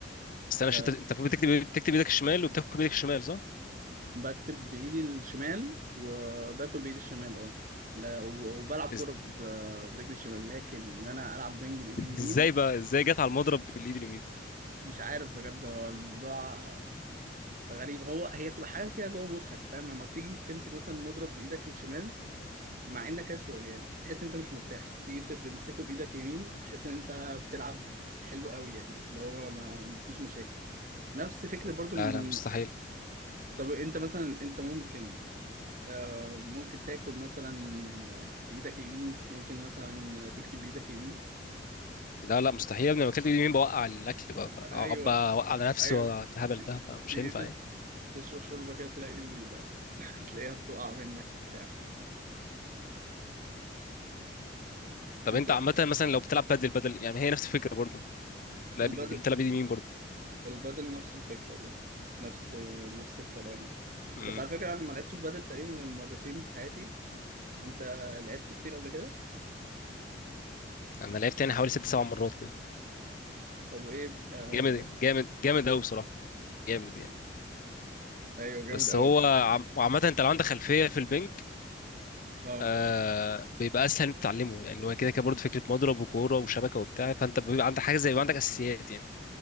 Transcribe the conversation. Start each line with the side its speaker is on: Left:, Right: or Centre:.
Left: بس انا
Right: آه،
Left: شت... انت المفروض بتكتب بتكتب ايدك الشمال وبتاكل بايدك الشمال صح
Right: بكتب بايدي الشمال وباكل بايدي الشمال اه لا وب- وبلعب كوره
Left: إز...
Right: ب- برجلي الشمال لكن ان انا العب بنج بايدي اليمين
Left: ازاي بقى ازاي جت على المضرب بالايد اليمين
Right: مش عارف بجد هو الموضوع غريب هو هي بتبقى حاجه كده جوه مخك فاهم لما بتيجي تمسك مثلا مضرب بايدك الشمال مع انك كاجوال يعني تحس انت مش مرتاح تيجي تمسكه بايدك يمين تحس ان انت بتلعب حلو قوي يعني اللي هو ما ما فيش مشاكل نفس فكره برضو
Left: لا
Right: م-
Left: لا مستحيل
Right: طب انت مثلا انت ممكن آه، ممكن تاكل مثلا بايدك يمين ممكن مثلا تكتب بايدك يمين
Left: لا لا مستحيل يا ابني لو اكلت بايدي اليمين بوقع الاكل بقى بقى-
Right: ايوه
Left: اقعد بقى اوقع على نفسي
Right: ايوه
Left: والهبل ده مش
Right: تيجي
Left: هينفع
Right: تش-
Left: يعني
Right: تشرب شوربه كده تلاقي ال... <laughs> تلاقيها بتقع منك وبتاع
Left: طب
Right: انت
Left: انت عامه مثلا لو بتلعب بدل بدل يعني هي نفس الفكره برضه لا
Right: البدل
Left: بال- بتلعب بايد اليمين برضه
Right: البدل نفس الفكره برضه نفس نفس الكلام
Left: امم
Right: بس على فكره انا ما لعبتش بدل تقريبا غير مرتين في حياتي انت لعبت كتير قبل كده
Left: انا لعبت يعني حوالي ست سبع مرات كده
Right: طب وايه بت... آه...
Left: جامد
Right: لا.
Left: جامد جامد قوي بصراحه جامد يعني
Right: ايوه جامد
Left: بس
Right: قوي
Left: هو عم... وعامة انت لو عندك خلفية في البنج
Right: اه
Left: آه بيبقى اسهل انت تتعلمه يعني هو كده كده برضه فكرة مضرب وكورة وشبكة وبتاع فانت بيبقى عندك حاجة زي بيبقى عندك اساسيات يعني